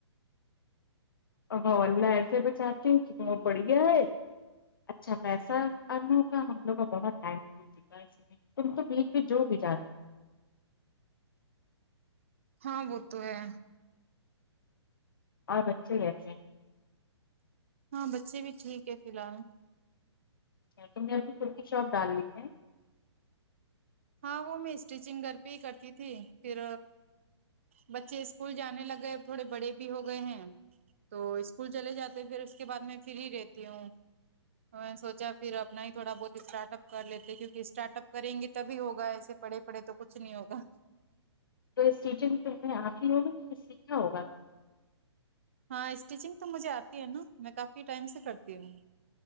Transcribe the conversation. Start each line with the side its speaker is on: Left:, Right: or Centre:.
Left: او اللہ ایسے بچاتے ہیں کہ بہت بڑھیا ہے اچھا پیسا ارنوں کا ہم لوگ کا بہت ٹائم ہو چکا ہے تم تو بیچ میں جو بھی جاتے
Right: ہاں وہ تو ہے
Left: اور بچے اچھے ہے
Right: ہاں بچے بھی ٹھیک ہے فلحال
Left: اچھا تم نے اپنی خود کی شاپ ڈال لی ہے
Right: ہاں وہ میں اسٹیچنگ گھر پہ ہی کرتی تھی پھر بچے اسکول جانے لگے تھوڑے بڑے بھی ہو گئے ہیں تو اسکول چلے جاتے پھر اس کے بعد میں فری رہتی ہوں تو میں نے سوچا پھر اپنا ہی تھوڑا بہت اسٹارٹ اپ کر لیتے کیکہ اسٹارٹ اپ کریں گے تو تبھی ہوگا ایسے پڑے پڑے تو کچھ نہیں ہوگا
Left: تو ستیچنگ پے آپ ہی ہوگی یا سیکھنا ہوگا
Right: ہاں اسٹیچنگ تو مجھے آتی ہے نا میں کافی ٹائم سے کرتی ہوں